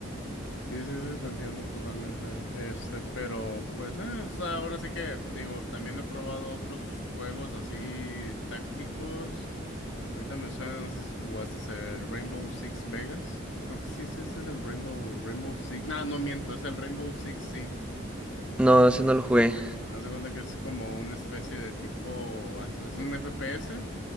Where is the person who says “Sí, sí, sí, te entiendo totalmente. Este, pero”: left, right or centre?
Left